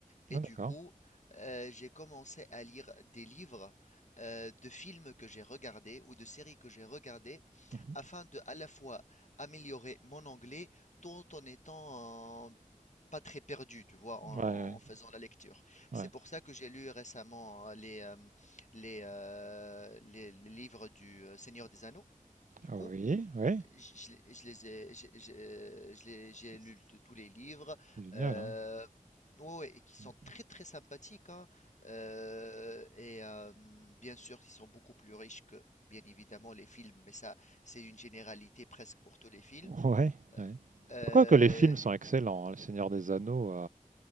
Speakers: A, on the left (about 60°); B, on the right (about 65°).
A: Et
B: Ah
A: du
B: d'accord.
A: coup, euh, j'ai commencé à lire des livres euh, de films que j'ai regardés ou de séries que j'ai regardées
B: Mmh
A: afin de à la fois améliorer mon anglais tout en étant euh, pas très perdu, tu vois, en,
B: mh. Ouais, ouais,
A: en faisant la lecture.
B: ouais.
A: C'est pour ça que j'ai lu récemment euh, les, euh, les, euh, les les livres du euh, Seigneur des Anneaux, du
B: Ah
A: coup.
B: oui, oui.
A: Je je les je les ai, j'ai j'ai- je les-
B: C'est
A: j'ai lu de tous les livres,
B: c'est génial,
A: euh,
B: hein.
A: ouais, ouais, et qui sont
B: Mmh.
A: très très sympathiques, hein, euh, et euh, bien sûr, ils sont beaucoup plus riches que, bien évidemment, les films, mais ça, c'est une généralité presque pour tous les films.
B: Oh ouais,
A: Euh,
B: ouais. Bah,
A: euh,
B: quoique les films sont excellents, hein, Le Seigneur des Anneaux, heu,